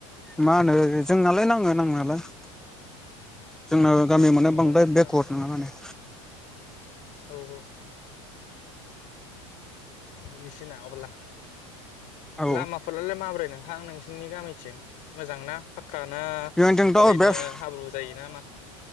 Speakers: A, in the centre; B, on the left.
A: मा होनो जोंनालाय नाङो नांनायलाय <inaudible> जोंना गामिया माने
B: हो
A: बांद्राय बेकवार्ड
B: हो
A: नङा माने
B: औ औ इजिसिन अब्ला
A: औ
B: लामाफोरालाय माब्रै नोंथां नोंसिनि गामिथिं मोजां ना फक्का ना
A: जोंथिंथ'
B: ओरैनो
A: बेस्ट
B: हाब्रु जायो ना मा